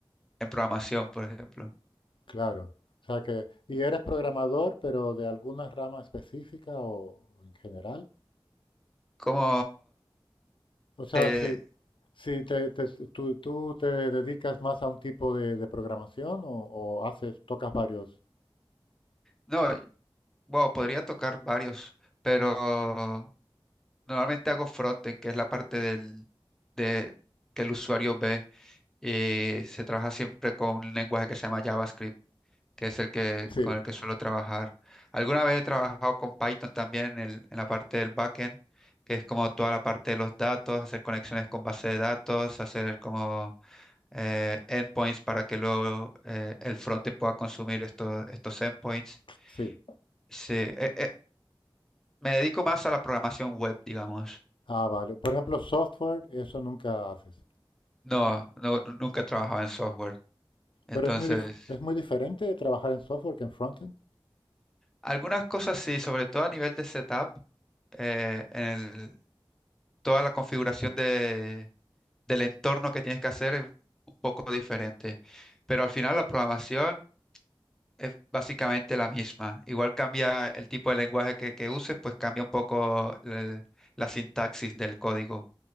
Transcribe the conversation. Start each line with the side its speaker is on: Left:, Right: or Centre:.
Centre: en programación, por ejemplo.
Left: claro, o sea que, ¿y eres programador, pero de alguna rama específica o en general?
Centre: Como
Left: O sea,
Centre: de,
Left: sí, Sí, te- te- tú, tú te dedicas más a un tipo de, de programación o, o haces, tocas varios.
Centre: no, bueno, podría tocar varios, pero normalmente hago frontend, que es la parte del, de, que el usuario ve, y se trabaja siempre con un lenguaje que se llama JavaScript, que es el que,
Left: Sí,
Centre: con el que suelo trabajar. Alguna vez he trabajado con Python también en el- en la parte del backend, que es como toda la parte de los datos, hacer conexiones con base de datos, hacer como eh, endpoints para que luego eh, el frontend pueda consumir estos, estos endpoints.
Left: sí.
Centre: Sí, eh, eh, me dedico más a la programación web, digamos.
Left: Ah, vale. Por ejemplo, software, eso nunca haces.
Centre: No, no, nu- nunca he trabajado en software. Entonces,
Left: Pero es muy dif- es muy diferente trabajar en software que en frontend.
Centre: algunas cosas sí, sobre todo a nivel de setup, eh, en el- toda la configuración de, del entorno que tienes que hacer es un poco diferente. Pero al final la programación es básicamente la misma. Igual cambia el tipo de lenguaje que, que uses, pues cambia un poco el- la sintaxis del código.